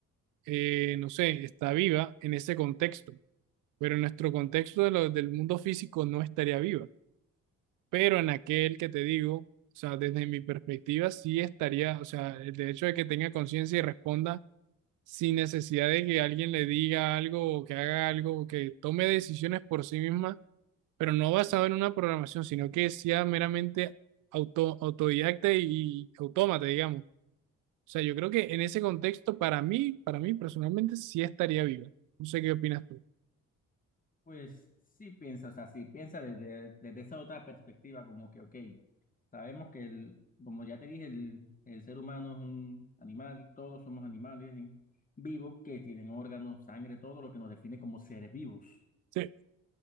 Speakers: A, on the right; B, on the left.
A: eh, no sé, está viva en ese contexto, pero en nuestro contexto de lo- del mundo físico no estaría viva pero en aquel que te digo, o sea, desde mi perspectiva sí estaría, o sea, el hecho de que tenga conciencia y responda sin necesidad de que alguien le diga algo o que haga algo o que tome decisiones por sí misma, pero no basado en una programación, sino que sea meramente auto, autodidacta y, y autómata, digamos. O sea, yo creo que en ese contexto, para mí, para mí personalmente, sí estaría viva. No sé qué opinas tú.
B: Pues sí piensa, o sea, sí piensa desde, desde esa otra perspectiva, como que, ok, sabemos que el, como ya te dije, el, el ser humano es un animal, todos somos animales ¿sí? vivos que tienen órganos, sangre, todo lo que nos define como seres vivos.
A: Sí,